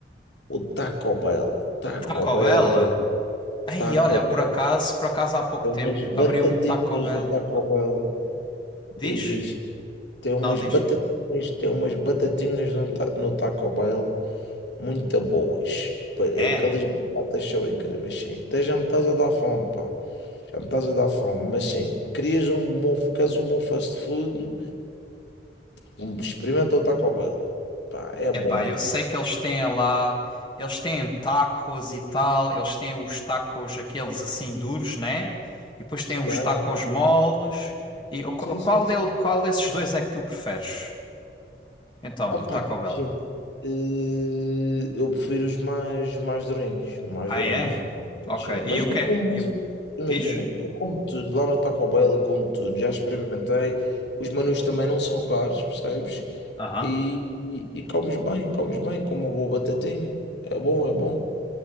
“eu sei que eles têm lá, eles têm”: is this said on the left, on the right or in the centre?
Left